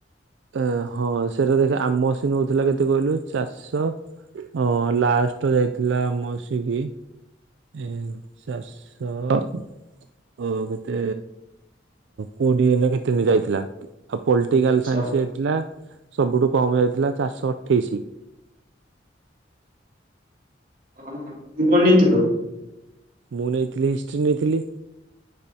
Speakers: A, on the right; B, on the right.
A: ଏ ହଁ, ସେଟା ଦେଖ ଆମ ସେ ନଉଥିଲା କେତେ କହିଲୁ ଚାରିଶହ। ଅ ଲାଷ୍ଟ ଯାଇଥିଲା ମସିକି। ଚରିଶହ। ଓ କେତେ କୋଡ଼ିଏ ନା କେତେ କ ଯାଇଥିଲା। ଆଉ ପଲିଟିକାଲ
B: ଆଚ୍ଛା
A: ସାଇନ୍ସ ଯାଇଥିଲା ସବୁଠୁ କମ ଯାଇଥିଲା ଚାରିଶହ ଅଠେଇଶି।
B: ହଁ ତୁ କଣ ନେଇଥିଲୁ?
A: ମୁଁ ନେଇଥିଲି ହିଷ୍ଟ୍ରି ନେଇଥିଲି।